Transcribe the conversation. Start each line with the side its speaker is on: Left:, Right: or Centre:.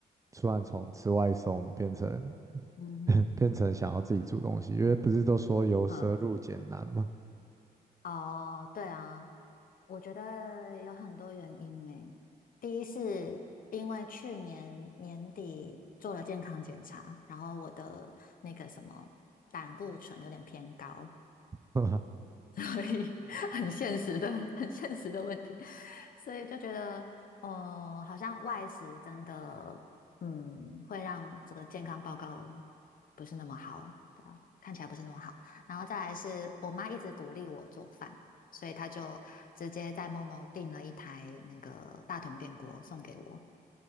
Right: 突然从吃外送变成
Left: 嗯嗯。
Right: <laughs> 变成想要自己煮东西？因为不是都说由奢入俭难吗？
Left: 啊。哦，对啊，我觉得有很多原因诶。第一是因为去年年底做了健康检查，然后我的那个什么胆固醇有点偏高，
Right: <laughs>
Left: 所以 <laughs> 很现实的、很现实的问题，所以就觉得，呃，好像外食真的，嗯，会让这个健康报告不是那么好，对吧？看起来不是那么好。然后再来是我妈一直鼓励我做饭，所以她就直接在某某订了一台那个大同电锅送给我，